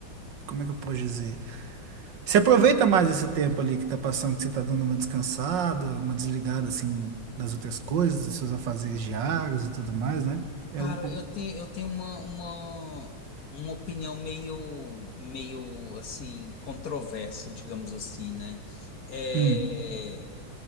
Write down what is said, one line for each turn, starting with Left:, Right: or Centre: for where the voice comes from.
Right: como é que eu posso dizer? Você aproveita mais esse tempo ali que tá passando, que você tá dando uma descansada, uma desligada assim das outras coisas, dos seus afazeres diários e tudo mais, né?
Left: Cara,
Right: É o. o-
Left: eu tenho, eu tenho uma, uma, uma opinião meio, meio, assim, controversa, digamos assim, né? É,
Right: Hum.